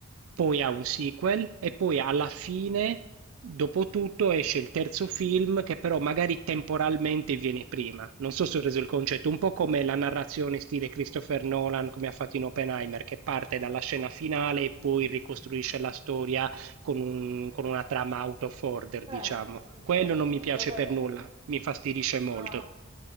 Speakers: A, on the right (about 80°); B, on the right (about 25°).
A: poi ha un sequel e poi alla fine, dopo tutto, esce il terzo film che però magari temporalmente viene prima. Non so se ho reso il concetto, un po' come la narrazione stile Christopher Nolan, come ha fatto in Oppenheimer, che parte dalla scena finale e poi ricostruisce la storia con un- con una trama out of order,
B: Beh,
A: diciamo.
B: sì, sì,
A: Quello
B: certo,
A: non mi piace
B: vabbè.
A: per nulla, mi infastidisce molto.
B: Ah,